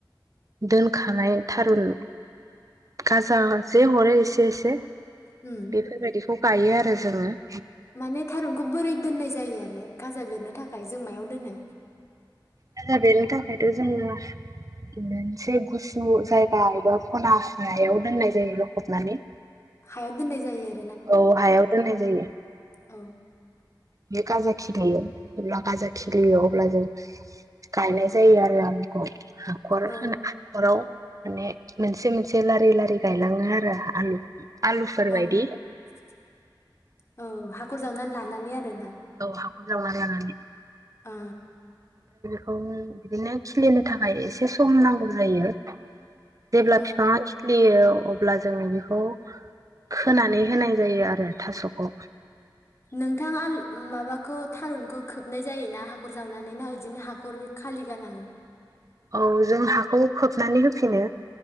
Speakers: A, on the right; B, on the left.
A: दोनखानाय थारुन गाजा जे हरो एसे एसे
B: उम
A: बेफोरबायदिखौ गायो आरो जोङो ।
B: माने थारुनखौ बोरै दोननाय जायो आरो? गाजा बेरनो थाखाय जों मायाव दोनो?
A: गाजा बेरनो थाखायथ' जोङो बे मोनसे गुसु जायगा एबा खना हायाव दोननाय जायो लखबनानै
B: हायाव दोननाय जायो ।
A: औ हायाव दोन्नाय जायो।
B: औ।
A: बे गाजा खिलियो अब्ला गाजा खिलियो अब्ला जों गायनाय जायो आरो आलुखौ। हाख'र
B: औ
A: होना हाख'राव माने मोनसे मोनसे लारि लारि गायलाङो आरो आलु आलु फोरबायदि
B: औ <unintelligible> औ हाखर जावनानै लानानै आरो
A: औ हाखर जावना जानानै
B: ओ।
A: <unintelligible> बिदिनो खिलिनो थाखाय एसे सम नांगौ जायो। जेब्ला
B: औ
A: बिफांआ खिलियो अब्ला जोङो बेखौ खोनानै होनाय जायो आरो थास'खौ।
B: नोंथां आल माबाखौ थारुनखौ खोबनाय जायोना हाखर जावनानै ना बिदिनो हाखर खालि गालाङो?
A: औ जों हाखौ खोबनानै होफिनो।